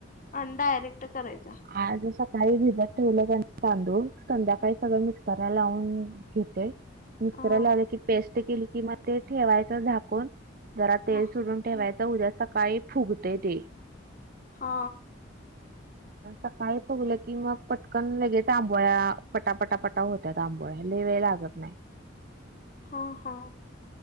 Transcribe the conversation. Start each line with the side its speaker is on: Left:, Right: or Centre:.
Left: आणि डायरेक्ट करायचा.
Right: आ जसा काही भिजत ठेवलं कणी तांदूळ संध्याकाळी सगळं मिक्सरला लावून घेतोय. मिक्सरला
Left: हा
Right: लावलं की, पेस्ट केली कि, मग ते ठेवायचं झाकून. जरा, तेल
Left: हा
Right: सुडून ठेवायच, उद्या सकाळी फुगत्य ते.
Left: हा,
Right: सकाळी, फुगलं की मग पटकन लगेच, आंबोळ्या, पटापटापटा होत. त्यात, आंबोळ्या लय वेळ लागत नाही.
Left: हा, हा,